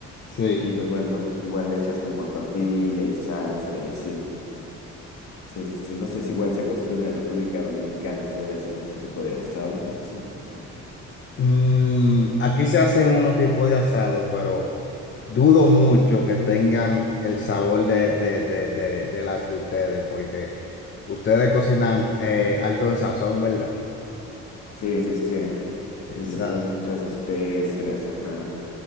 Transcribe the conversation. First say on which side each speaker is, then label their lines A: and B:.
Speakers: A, on the left (about 40°); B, on the left (about 60°).
A: Sí.
B: Y pues bueno, igual le echas como tortilla y salsa y así. Sí, sí, sí. No sé si igual se acostumbra en República Dominicana hacer así como este tipo de asado o así. Ujú.
A: Mm, aquí se hacen unos tipos de asado, pero dudo mucho que tengan el sabor de, de, de, de, de las de ustedes, porque ustedes cocinan eh, alto en sazón, ¿verdad?
B: Sí, sí, sí. Sí,
A: Exacto.
B: le ponen muchas especias, ajá.